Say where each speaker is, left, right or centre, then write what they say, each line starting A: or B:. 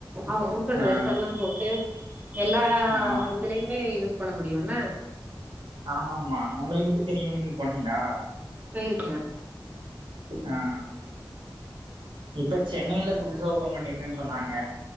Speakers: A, on the right; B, on the right.
A: அவுங்க குடுக்குற ட்ரெஸ்
B: ஆ
A: எல்லா போட்டு எல்லா
B: ஆமா
A: இதுலயுமே யூஸ் பண்ண முடியுன்ன
B: ஆமாமா ஒங்களுக்கு எப்டி தெரியு நீங்க போனிங்களா
A: போயிருக்கே
B: ஆ இப்ப சென்னையில புதுசா ஓபன் பண்ணிருக்கன் சொன்னாங்க